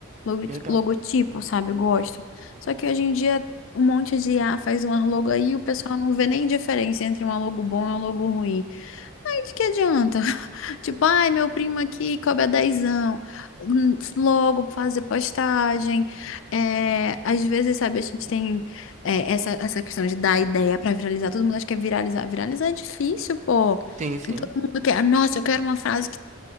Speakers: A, on the left; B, on the right.
A: logo-
B: legal.
A: logotipo, sabe? Eu gosto. Só que hoje em dia um monte de IA faz um logo aí e o pessoal não vê nem diferença entre um logo bom e um logo ruim. Ai, de que adianta? <laughs> Tipo, ai, meu primo aqui cobra dezão. Hum, Logo fazer postagem. É, às vezes, sabe, a gente tem é, essa, essa questão de dar ideia pra viralizar. Todo mundo acha que é viralizar. Viralizar é difícil, pô.
B: Sim, sim,
A: E todo mundo quer. Nossa, eu quero uma frase que